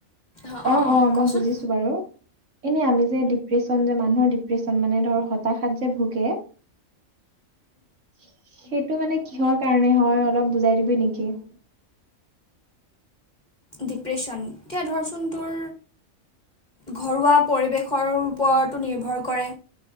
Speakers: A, on the left; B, on the right.
A: অঁ
B: অ
A: অঁ অঁ
B: অ মই
A: কচোন
B: বুজিছো বাৰু। এনে আমি যে ডিপ্ৰেশ্যন যে মানুহৰ ডিপ ন মানে ধৰ হতাশাত যে ভোগে সেইটো মানে কিহৰ কাৰণে হয় অলপ বুজাই দিবি নিকি <inaudible>
A: ডিপ্ৰেশ্যন এতিয়া ধৰচোন তোৰ ঘৰুৱা পৰিৱেশৰ ওপৰতো নিৰ্ভৰ কৰে